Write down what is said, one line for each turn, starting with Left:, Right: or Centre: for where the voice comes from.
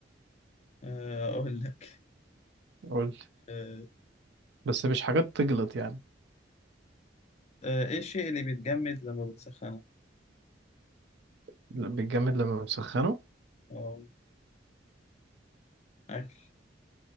Left: آه، أقول لك
Right: قول لي
Left: أه
Right: بس مش حاجات تجلط يعني
Left: آه، إيه الشيء اللي بيتجمد لما بتسخنه؟
Right: لا، بيتجمد لما بنسخنه
Left: أه أكل